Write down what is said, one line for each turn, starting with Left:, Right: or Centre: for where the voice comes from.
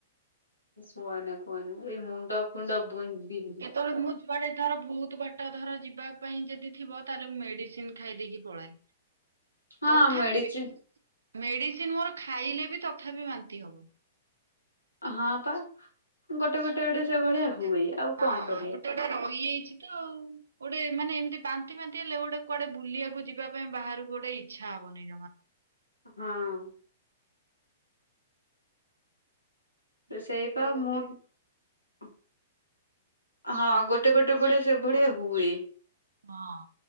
Left: କୁହନା କୁହନା ଏଇ ମୁଣ୍ଡା ଫୁଣ୍ଡା ବୁ ବି
Right: କେତେବେଳେ ମୁଁ ଯୁଆଡେ ଧର ବହୁତ ବାଟ ଧର ଯିବା ପାଇଁ ଯଦି ଥିବ ତାହେଲେ ମୁଁ ମେଡିସିନ ଖାଇଦେଇକି ପଳାଏ।
Left: ହଁ
Right: ତଥାପି
Left: ମେଡ଼ିସିନ
Right: ମେ ମେଡିସିନ ମୋର ଖାଇଲେ ବି ତଥାପି ବାନ୍ତି ହବ।
Left: ହଁ ପା ଗୋଟେ ଗୋଟେ ଗୋଟେ ସେଭଳିଆ
Right: ଗୋଟେ
Left: ହୁଏ ଆଉ
Right: ହ
Left: କଣ କରିବା
Right: ଗୋଟେ ଗୋଟେ ରହିଯାଇଛି ତ ଆଉ। ମାନେ ଏମିତି ବାନ୍ତି ଫାନ୍ତି ହେଲେ ଗୋଟେ କୁଆଡେ ବୁଲିବାକୁ ଯିବା ପାଇଁ ବାହାରକୁ ଗୋଟେ ଇଚ୍ଛା ହବନି।
Left: ହଁ <inaudible> ସେଇପା
Right: ବୁଲିବାକୁ ଗୋଟେ
Left: ମୁଁ
Right: ଗଲେ
Left: - ହଁ ଗୋଟେ ଗୋଟେ ଭଳିଆ ସେଭଳିଆ ହୁଏ।
Right: ହଁ।